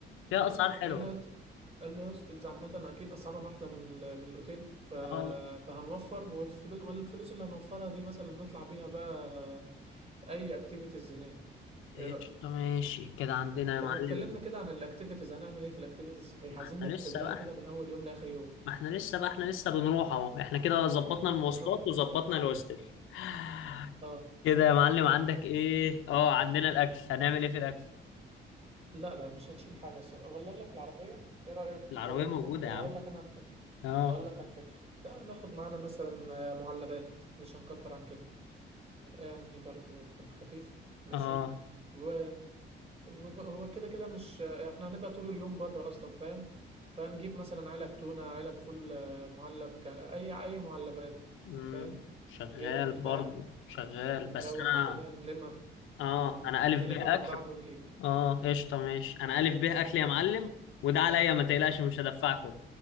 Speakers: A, on the left; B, on the right.
A: فيها
B: لا
A: أسعار
B: لا
A: حلوة
B: الهوت- الهوستلز عامة أكيد أسعارهم أحلى من ال- من الأوتيل ف...
A: اه
B: فهنوفر والفلوس, والفلوس اللي هنوفرها دي مثلا نطلع بيها بقى أي أكتيفيتيز هناك
A: قشطة
B: إيه رأيك؟
A: ماشي كده عندنا يا
B: طب
A: معلم
B: ما اتكلمنا كده عن الأكتيفيتيز هنعمل إيه في الأكتيفيتيز صحيح
A: ما
B: عايزين
A: احنا
B: نرتب
A: لسه
B: لها
A: بقى
B: كده من أول يوم لآخر يوم
A: ما احنا لسه بقى احنا لسه بنروح اهو احنا كده ظبطنا
B: <laughs>
A: المواصلات
B: أه
A: وظبطنا الهوستل <sighs>
B: أه
A: كده يا معلم عندك ايه اه عندنا الاكل هنعمل ايه في الاكل
B: لا لا مش هنشيل حاجة الص- ولا أقول لك العربية إيه رأيك
A: العربية
B: آه،
A: موجودة
B: ممكن
A: يا
B: أقول
A: عم
B: لك أنا على فكرة
A: اه
B: هقول لك على فكرة تعال ناخد معانا مثلا آه، معلبات مش هنكتر عن كده يعني برضو في الخفيف ماشي
A: اه
B: و... وب- هو كده كده مش احنا هنبقى طول اليوم بره اصلا فاهم فنجيب مثلا علب تونة علب فول آه، معلب ك... اي اي معلبات
A: مم.
B: فاهم
A: شغال
B: جبن بتاع
A: برضه شغال
B: نروق
A: بس انا
B: على الدنيا نلم
A: اه
B: اه
A: انا الف
B: نلم
A: ب اكل
B: من بعض ونجيب
A: اه قشطة ماشي انا الف ب اكل يا معلم
B: ماشي
A: وده عليا ما تقلقش مش هدفعكم